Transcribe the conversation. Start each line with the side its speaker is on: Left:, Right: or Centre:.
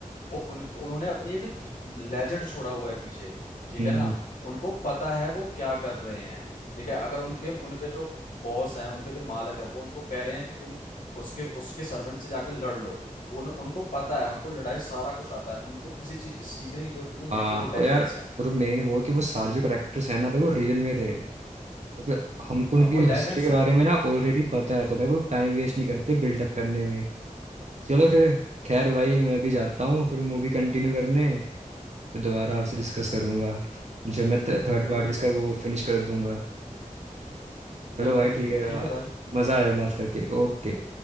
Left: वो उन उन्होंने अपनी एक लेजेंड छोड़ा हुआ है पीछे ठीक
Right: हम्म
Left: है ना उनको पता है वो क्या कर रहे हैं ठीक है अगर उनके उनके जो बॉस हैं उनके जो मालक हैं वो उनको कह रहे हैं कि तुम उसके उसके सर्वेंट से जाकर लड़ लो वो उन, उनको पता है उनको लड़ाई सारा कुछ आता है उनको किसी चीज की सीखने की जरूरत नहीं
Right: हाँ
Left: है वो लेजेंड्स
Right: और यार
Left: हैं
Right: और मेन वो कि वो सारे जो करेक्टर्स हैं ना भाई वो रियल में थे तो फिर हमको उनकी
Left: हाँ वो लेजेंड्स
Right: हिस्ट्री के
Left: हैं
Right: बारे में ना ऑलरेडी पता है तो भाई वो टाइम वेस्ट नहीं करते बिल्डअप करने में चलो फिर खैर भाई मैं भी जाता हूँ फिर मूवी कंटिन्यू करने फिर दोबारा आपसे डिस्कस करूंगा जब मैं थर्ड
Left: बिल्कुल
Right: पार्ट भी इसका
Left: बिल्कुल
Right: वो फिनिश कर दूंगा चलो
Left: बिल्कुल
Right: भाई
Left: बिल्कुल
Right: ठीक है
Left: ठीक
Right: आ,
Left: है भाई
Right: मजा आया बात करके ओके